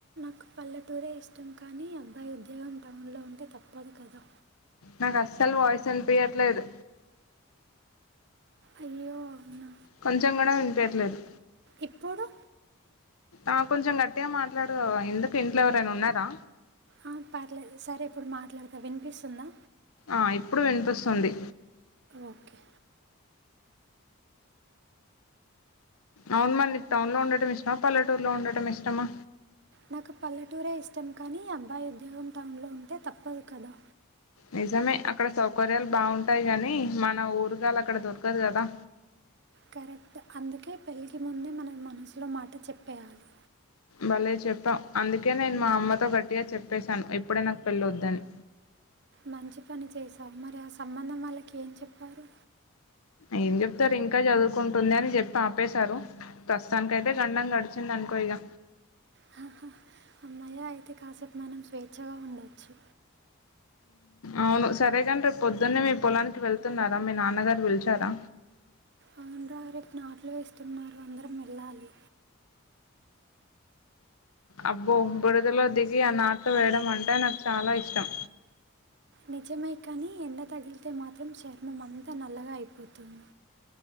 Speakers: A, on the right; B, on the left.
A: ఒక పల్లెటూరే ఇష్టం కానీ అబ్బాయి ఉద్యోగం టౌన్లో ఉంటే తప్పదు కదా
B: నాకు అస్సలు వాయిస్ వినిపియట్లేదు
A: అయ్యె అవున
B: కొంచెం కూడా వినిపియట్లేదు
A: ఇప్పుడు
B: ఆ కొంచెం గట్టిగా మాట్లాడరాద ఎందుకు ఇంట్లో ఎవరైనా ఉన్నారా
A: ఆ పర్లేదు సరే ఇప్పుడు మాట్లాడుతా వినిపిస్తుందా
B: ఆ ఇప్పుడు వినిపిస్తుంది
A: ఓకే
B: అవును మళ్ళీ నీకు టౌన్ లో ఉండటం ఇష్టమా, పల్లెటూరులో ఉండటం ఇష్టమా
A: నాకు పల్లెటూరే ఇష్టం కానీ అబ్బాయి ఉద్యోగం టౌన్లో ఉంటే తప్పదు కదా
B: నిజమే అక్కడ సౌకర్యాలు బాగుంటాయి కాని మన ఊరుగాళ్ళ అక్కడ దొరకదు కదా
A: కరెక్ట్ అందుకే పెళ్ళకి ముందే మన మనసులో మాట చెప్పేయాలి
B: భలే చెప్పాం అందుకే నేను మా అమ్మతో గట్టిగా చెప్పేశాను ఇప్పుడే నాకు పెళ్ళొద్దని
A: మంచి పని చేశావ్ మరి ఆ సంబంధం వాళ్ళకి ఏం చెప్పారు
B: ఏం చెప్తారు ఇంకా చదువుకుంటుంది అని చెప్పి ఆపేశారు ప్రస్తుతానికి అయితే గండం గడిచింది అనుకో ఇక
A: హ హ అమ్మాయ్య అయితే కాసేపు మనం స్వేచ్ఛగా ఉండొచ్చు
B: అవును సరేగాని రేపు పొద్దున్నే మీ పొలానికి వెళ్తున్నారా మీ నాన్నగారు పిలిచారా
A: అవును రా రేపు నాట్లు వేస్తున్నారు అందరం వెళ్ళాలి
B: అబ్బో బురదలో దిగి ఆ నాట్లు వేయడం అంటే నాకు చాలా ఇష్టం
A: నిజమే కానీ ఎండ తగిలితే మాత్రం చర్మం అంతా నల్లగా అయిపోతుంది